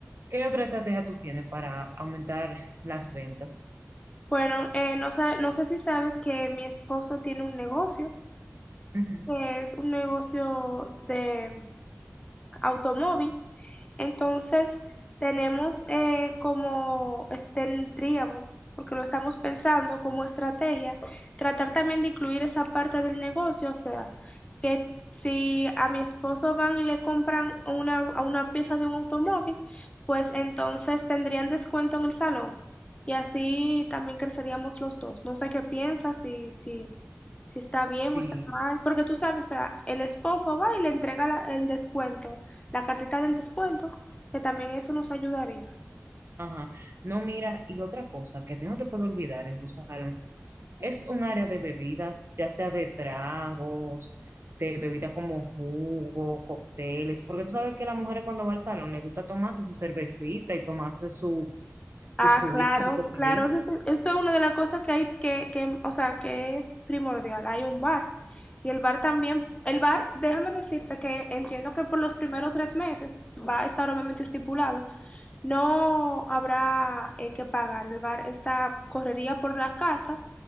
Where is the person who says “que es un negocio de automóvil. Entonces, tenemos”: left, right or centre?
Left